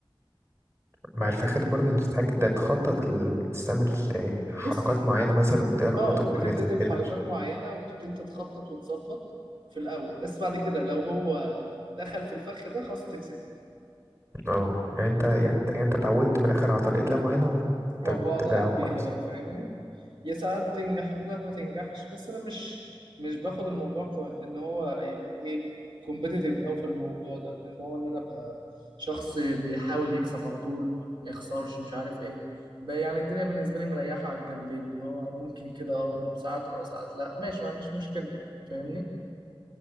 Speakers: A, on the right (about 30°); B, on the right (about 65°).
A: مع الفخد برضه انت بتحتاج ده تخطط ل- تستعمل حركات
B: بص
A: معينة مثلا تقرا
B: اه
A: كتب
B: بتبتدي
A: وحاجات زي
B: بحركات
A: كده عشان-
B: معينه وبتبتدي انت تخطط وتظبط في الاول بس بعد كده لو هو دخل في الفخ ده خلاص تكسب
A: اه يعني انت يعني انت يعني انت اتعودت من الآخر على طريقة لعب معينة
B: اه
A: وتتبعها
B: بقعد العب
A: وخلاص
B: بيها بقى فاهمني يا ساعات بتنجح وساعات ما تنجحش بس انا مش مش باخد الموضوع كو- ان هو يبقى ايه كومبيتيتيف قوي في الموضوع ده ان هو ان انا ابقى شخص بيحاول يكسب على طول ما يخسرش مش عارف ايه بقى يعني الدنيا بالنسبه لي مريحه على الجنبين اللي هو ممكن كده اه ساعات اه ساعات لا ماشي ما عنديش مشكله فاهمني